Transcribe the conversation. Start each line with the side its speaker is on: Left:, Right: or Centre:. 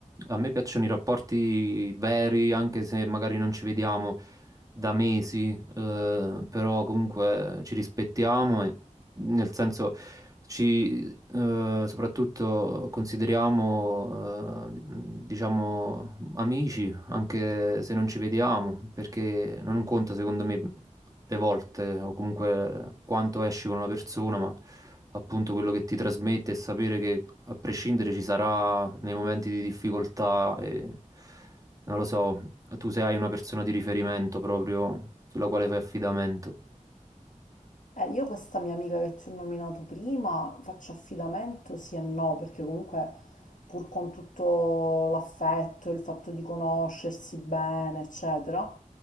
Right: a me piacciono i rapporti veri, anche se magari non ci vediamo da mesi, eh, però comunque ci rispettiamo e nel senso ci eh, soprattutto consideriamo, eh, diciamo, amici anche se non ci vediamo, perché non conta secondo me le volte o comunque quanto esci con una persona, ma appunto quello che ti trasmette e sapere che a prescindere ci sarà nei momenti di difficoltà e non lo so, tu se hai una persona di riferimento proprio sulla quale fai affidamento.
Left: Eh, io questa mia amica che ti ho nominato prima faccio affidamento sì e no, perché comunque pur con tutto l'affetto, il fatto di conoscersi bene, eccetera,